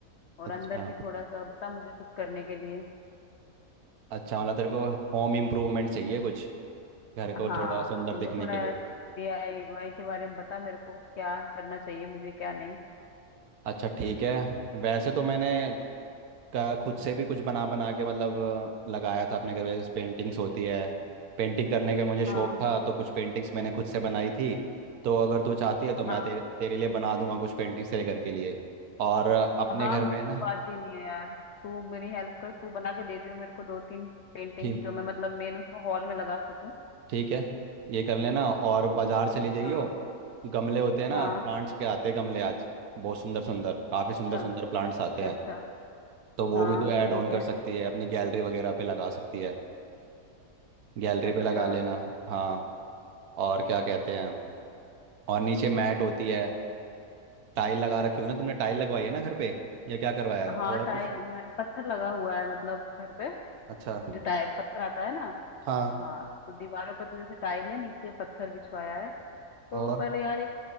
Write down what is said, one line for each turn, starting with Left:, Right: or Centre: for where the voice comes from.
Left: और
Right: अच्छा
Left: अंदर भी थोड़ा सा बता मुझे कुछ करने के लिए
Right: अच्छा मतलब तेरे को होम इम्प्रूवमेंट चाहिए कुछ घर
Left: हाँ
Right: को थोड़ा सुंदर
Left: मतलब
Right: दिखने
Left: थोड़ा
Right: के लिए
Left: डीआईवाई के बारे में बता मेरे को क्या करना चाहिए मुझे क्या नहीं
Right: अच्छा ठीक है वैसे तो मैंने का खुद से भी कुछ बना बना के मतलब अ, लगाया था अपने घर में जैसे पेंटिंग्स होती है पेंटिंग करने का मुझे शौक
Left: हाँ
Right: था तो कुछ पेंटिंग्स मैंने खुद से बनाई थी तो अगर तू चाहती है तो मैं
Left: हाँ
Right: तेरे तेरे लिए बना दूंगा कुछ पेंटिंग्स तेरे घर के लिए और अ, अपने
Left: हाँ
Right: घर
Left: मुझे
Right: में ना
Left: तो आती नहीं है यार तू मेरी हेल्प कर तू बना के दे दियो मेरे को दो तीन पेंटिंग
Right: ठीक
Left: जो मैं मतलब मेन उसमें हॉल में लगा सकूं
Right: ठीक है ये कर लेना और
Left: हम्म।
Right: बाजार चले जाइयो
Left: हाँ
Right: गमले होते हैं ना
Left: हाँ
Right: प्लांट्स के आते हैं गमले आज बहुत सुंदर सुंदर काफ़ी
Left: अच्छा
Right: सुंदर सुंदर प्लांट्स आते
Left: अच्छा
Right: हैं
Left: अच्छा
Right: तो वो
Left: हाँ
Right: भी तो ऐड
Left: ठीक
Right: ऑन
Left: है
Right: कर सकती है अपनी गैलरी वगैरह पे लगा सकती है गैलरी
Left: अच्छा
Right: पे लगा लेना हाँ और क्या कहते हैं और नीचे मैट होती है टाइल लगा रखी होगी ना तुमने टाइल लगवाई है ना घर पे या क्या करवाया
Left: हाँ
Right: है थोड़ा
Left: टाइल
Right: कुछ
Left: मैंने पत्थर लगा हुआ है मतलब घर पे
Right: अच्छा
Left: जो टाइल पत्थर आता है ना
Right: हाँ
Left: हाँ तो दीवारों पे तो जैसे टाइल है नीचे पत्थर बिछवाया है तो
Right: और
Left: पर यार एक